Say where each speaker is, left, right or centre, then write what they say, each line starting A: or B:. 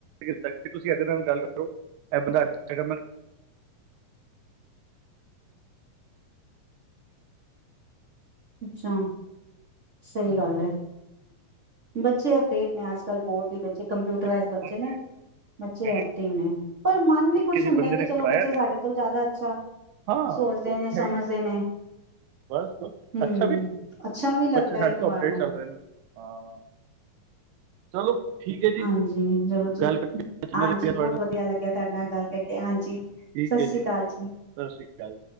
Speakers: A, on the right; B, on the right.
A: ਕੀਤਾ ਤੁਸੀਂ ਇਹਦੇ ਨਾਲ ਗੱਲ ਕਰੋ ਇਹ ਬੰਦਾ ਹੈਗਾ
B: ਅੱਛਾ ਸਹੀ ਗੱਲ ਹੈ ਬੱਚੇ ਅਪਡੇਟ ਨੇ ਅੱਜ ਕੱਲ੍ਹ ਬਹੁਤ ਹੀ ਬੱਚੇ ਕੰਪਿਊ ਬ
A: ਬਹੁਤ
B: ਨੇ
A: ਤੇਜ਼
B: ਬੱਚੇ
A: ਮੈਂ
B: ਐਕਟਿਵ ਨੇ ਪਰ ਮਨ
A: ਕਿਹਾ
B: ਵੀ ਖੁਸ਼
A: ਕਿਸੇ
B: ਹੁੰਦਾ
A: ਬੰਦੇ ਨੇ
B: ਕਿ ਚਲੋ
A: ਕਰਾਇਆ
B: ਬੱਚੇ
A: ਤੇ
B: ਸਾਡੇ ਤੋਂ ਜ਼ਿਆਦਾ ਅੱਛਾ
A: ਹਾਂ
B: ਸੋਚਦੇ
A: ਉਹ ਤਾਂ
B: ਨੇ ਸਮਝਦੇ
A: ਹੈ ਹੀ ਹੈ।
B: ਨੇ
A: ਬਸ ਬਸ।
B: ਹਮ
A: ਅੱਛਾ ਵੀ,
B: ਅੱਛਾ ਵੀ ਲੱਗਦਾ
A: ਬੱਚੇ ਸਾਡੇ
B: ਇੱਕ
A: ਤੋਂ
B: ਵਾਰ
A: ਅਪਡੇਟ
B: ਨੂੰ
A: ਚੱਲ ਰਹੇ ਨੇ। ਹਾਂ। ਚਲੋ। ਠੀਕ ਹੈ ਜੀ
B: ਹਾਂਜੀ ਜਲੋ ਜੀ।
A: ਗੱਲ ਕਰਕੇ ਅੱਛਾ
B: ਹਾਂਜੀ
A: ਲੱਗਿਆ ਤੁਹਾਡੇ
B: ਬਹੁਤ ਵਧੀਆ ਲੱਗਿਆ ਤਾਡੇ ਨਾਲ ਗੱਲ ਕਰਕੇ। ਹਾਂਜੀ,
A: ਠੀਕ
B: ਸਤਿ
A: ਹੈ
B: ਸ੍ਰੀ ਕਾਲ ਜੀ।
A: ਸਤਿ ਸ਼੍ਰੀ ਅਕਾਲ